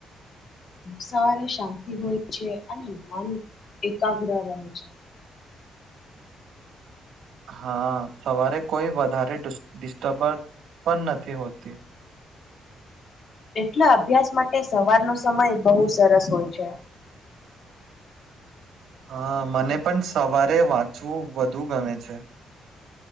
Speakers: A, on the left; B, on the right.
A: સવારે શાંતિ હોય છે અને મન એકાગ્ર રહે છે
B: હા સવારે કોઈ વધારે ડિસ્ટર્બન્સ પણ નથી હોતી
A: એટલે અભ્યાસ માટે સવારનો સમય બહુ સરસ હોય છે.
B: હા, મને પણ સવારે વાંચવું વધુ ગમે છે.